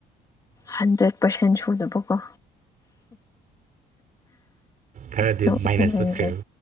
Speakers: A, on the left (about 20°); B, on the right (about 50°).
A: ꯍꯟꯗ꯭ꯔꯦꯠ ꯄꯔꯁꯦꯟ ꯁꯨꯗꯕꯀꯣ
B: ꯈꯔꯗꯤ
A: ꯁꯨ
B: ꯃꯥꯏꯅꯁ
A: ꯁꯨꯃꯥꯏꯅ
B: ꯆꯠꯈ꯭ꯔꯦꯕ
A: ꯂꯩ